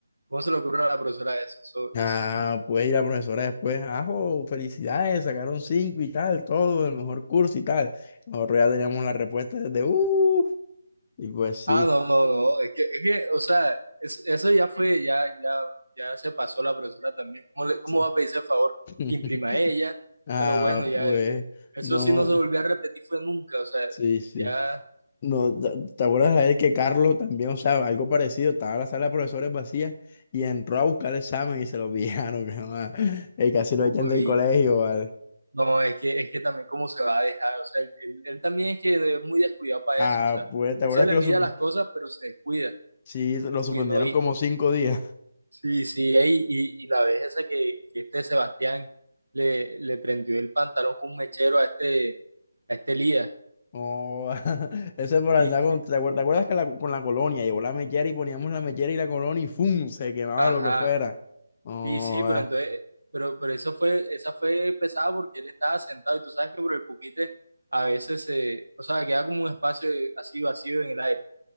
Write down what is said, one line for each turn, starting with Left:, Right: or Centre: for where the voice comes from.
Right: ¿cómo se le ocurre a la profesora eso? Eso
Left: Ah,
Right: es-
Left: pues y la profesora después, ajo, felicidades, sacaron cinco y tal, todo, el mejor curso y tal. Nosotros ya teníamos la respuesta desde, uff, y pues sí,
Right: Ah, no, no, no, es que, es que, o sea, es- eso ya fue, ya, ya, ya se pasó la profesora también. ¿Cómo, le- cómo
Left: sí.
Right: va a pedirse el favor
Left: <laughs>
Right: que imprima ella?
Left: Ah,
Right: Pero bueno, ya,
Left: pues,
Right: eh, eso
Left: no,
Right: sí no se
Left: no,
Right: volvió a repetir fue nunca, o sea,
Left: sí, sí.
Right: ya,
Left: No, ¿te te acuerdas de él que Carlos también, o sea, algo parecido, estaba la sala de profesores vacía y entró a buscar el examen y se lo <laughs> pillaron, mi mamá. Y casi lo
Right: uy,
Left: echan del colegio, ¿vale?
Right: no, es que, es que también cómo se va a dejar, o sea, él, él- él también es que es muy descuidado para
Left: Ah,
Right: eso, o sea,
Left: pues, ¿te
Right: él
Left: acuerdas
Right: se le
Left: que lo,
Right: mide
Left: sup-
Right: a las cosas, pero se descuida.
Left: sí, lo suspendieron
Right: Uy, no,
Left: como cinco días?
Right: Sí, sí, ey, y, y la vez esa que, que este Sebastián le, le prendió el pantalón con un mechero a este, a este Elías.
Left: Oh, <laughs> ese por
Right: Sí,
Left: andar
Right: sí.
Left: con, ¿te acuer- te acuerdas que la- con la colonia llevó la mechera y poníamos la mechera y la colonia y ¡fum! se quemaba
Right: Ajá.
Left: lo que fuera. Oh,
Right: Sí, sí, pero
Left: ah,
Right: entonces, pero, pero eso fue, esa fue pesada porque él estaba sentado y tú sabes que por el puquite a veces se, o sea, queda como un espacio así vacío en el aire.